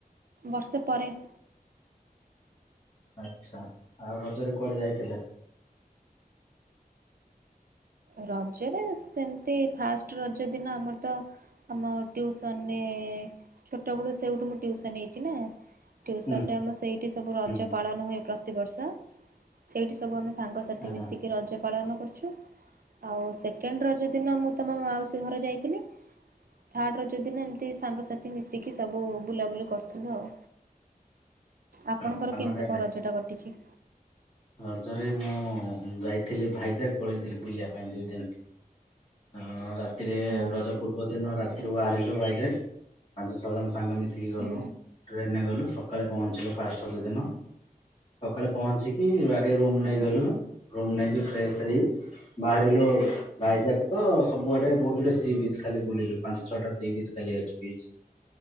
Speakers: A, on the right; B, on the left.
A: ବର୍ଷେ ପରେ
B: ଆଚ୍ଛା ଆଉ ରଜରେ କୁଆଡ଼େ ଯାଇଥିଲେ?
A: ରଜରେ ସେମିତି ଫାଷ୍ଟେ ରଜ ଦିନ ଆମରତ ଆମ ଟିଉସନରେ ଛୋଟ ବେଳୁ ସେଇଠୁ ମୁଁ ୍ୟଉସନ୍ ହେଇଚିନା ଟ୍ୟୁସନରେ
B: ହୁଁ
A: ଆମର ସେଇଠି ସବୁ ରଜ
B: ହୁଁ
A: ପାଳନ ହୁଏ ପ୍ରତିବର୍ଷ ସେଇଠି ସବୁ ଆମେ ସାଙ୍ଗସାଥି
B: ଆଚ୍ଛା
A: ମିଶିକି ରଜ ପାଳନ କରୁଚୁ ଆଉ ସେକେଣ୍ଡ ରଜ ଦିନ ମୁଁ ତମ ମାଉସୀ ଘରେ ଯାଇଥିଲି ଥାର୍ଡ଼ର ରଜଦିନ ଏମିତି ସାଙ୍ଗସାଥି ମିଶିକି ସବୁ ବୁଲାବୁଲି କରୁଥିଲୁ ଆଉ।
B: ଆଚ୍ଛା।
A: ଆପଣଙ୍କର
B: ପାନ
A: କେମିତି
B: ଖାଇଲେ?
A: କଣ ରଜ ଟା କଟିଛି।
B: ରଜରେ ମୁଁ ଯାଇଥିଲି ଭାଇଜାକ୍ ପଳେଇଥିଲି ବୁଲିବା ପାଇଁ ଦୁଇ ଦିନ ହ ରାତିରେ
A: ହଁ
B: ରଜ ପୂର୍ବ ଦିନ ରାତିରୁ ବାହାରିଲୁ ଭାଇଜାକ, ପାଞ୍ଚ ଛଅ ଜଣ। ସାଙ୍ଗ ମିଶିକି ଗଲୁ
A: ହୁଁ
B: ଟ୍ରେନରେ ଗଲୁ ସୁ ସକାଳେ ପହଞ୍ଚିଲୁ ଫାଷ୍ଟ ପ୍ରତି ଦିନ, ସକାଳେ ପହଞ୍ଚିକି ଆଗେ ରୁମ
A: ହୁଁ
B: ନେଇଗଲୁ। ରୁମ ନେଇ କି ଫ୍ରେସ ହେଇ ବାହାରିଲୁ ଭାଇଜାକ ତ ସବୁଆଡେ ବହୁତ ଗୁଡେ ସି ବିଚ ଖାଲି ବୁଲିଲୁ। ପାଞ୍ଚ ଛଅଟା ସି ବିଚ ଖାଲି ଅଛି। ବିଚ